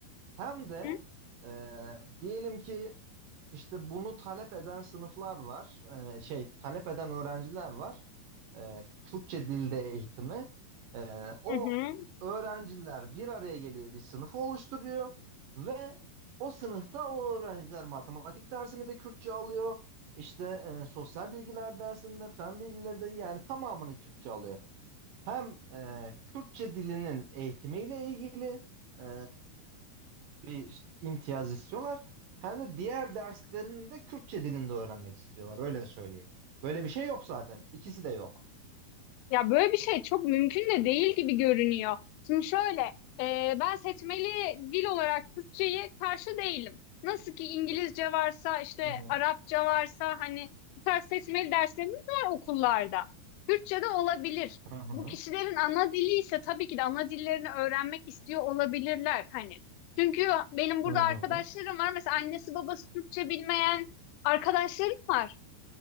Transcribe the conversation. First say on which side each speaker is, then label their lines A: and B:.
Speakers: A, on the right; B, on the left.
A: hem de
B: Hı hı.
A: e, diyelim ki işte bunu talep eden sınıflar var, e, şey talep eden öğrenciler var. E, Türkçe dilde eğitimi. E, o
B: hı hı.
A: öğrenciler bir araya geliyor, bir sınıfı oluşturuyor ve o sınıfta o öğrenciler matematik dersini de Kürtçe alıyor. İşte e, sosyal bilgiler dersinde, fen bilgileri de yani tamamını Kürtçe alıyor. Hem e, Kürtçe dilinin eğitimiyle ilgili. e, bir imtiyaz istiyorlar. Hem de diğer derslerini de Kürtçe dilinde öğrenmek istiyorlar. Öyle söyleyeyim. Böyle bir şey yok zaten. İkisi de yok.
B: Ya böyle bir şey çok mümkün de değil gibi görünüyor. Şimdi şöyle, e, ben seçmeli dil olarak Türkçeyi karşı değilim. Nasıl ki İngilizce varsa, işte
A: Hı hı.
B: Arapça varsa hani bu tarz seçmeli derslerimiz var okullarda. Türkçe de olabilir.
A: Hı hı.
B: Bu kişilerin ana dili ise tabii ki de ana dillerini öğrenmek istiyor olabilirler hani. Çünkü benim burada
A: Hı hı.
B: arkadaşlarım var. Mesela annesi babası Türkçe bilmeyen arkadaşlarım var.